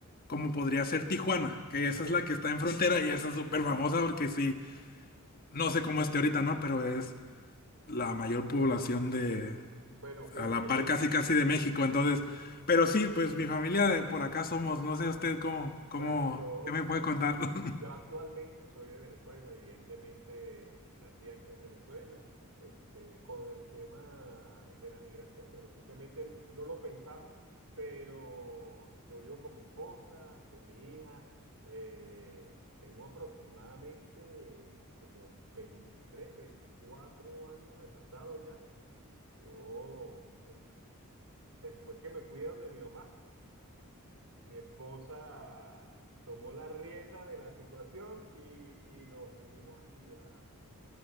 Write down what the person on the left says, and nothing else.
como podría ser Tijuana, que
esa es la que está en frontera y esa es súper famosa porque sí, no sé cómo esté ahorita, ¿no? Pero es la mayor población de,
a la
par
casi casi de México, entonces, pero sí, pues mi familia de por acá somos, no sé usted cómo, cómo,
¿qué me puede
contar? <laughs>